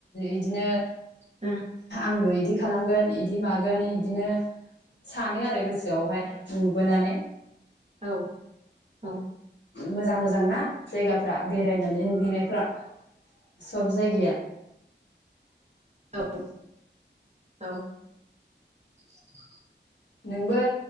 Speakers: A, on the left; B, on the right.
A: इदिनो
B: उम
A: आंबो इदि खालामगोन इदि मागोन इदिनो सानो आरो गोसोआवहाय नुबोनानै।
B: औ औ
A: मोजां मोजां ना जायगाफ्रा बे रायनानै नुहैनायफ्रा। सब जायगाया
B: औ। औ। <inaudible>
A: नोंबो